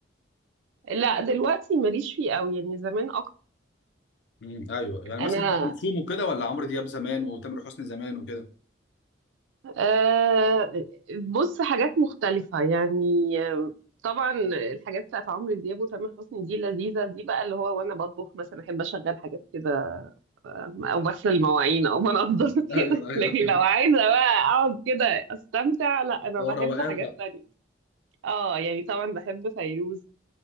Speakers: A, on the right; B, on the left.
A: لا دلوقتي ماليش فيه قوي يعني زمان اكتر
B: مم. ايوه يعني
A: انا
B: مثلا ام كلثوم وكده ولا عمرو دياب زمان وتامر حسني زمان وكده
A: أه بص حاجات مختلفه يعني آه، طبعا الحاجات بتاعت عمرو دياب وتامر حسني دي لذيذه دي بقى اللي هو وانا بطبخ مثلا احب اشغل حاجات كده او بغسل المواعين او بنضف
B: <laughs>
A: <laughs>
B: ايوه
A: كده
B: ايوه
A: لكن لو عايزه بقى اقعد كده استمتع لا انا
B: هو
A: بحب
B: روقان
A: حاجات تانية اه يعني طبعا بحب فيروز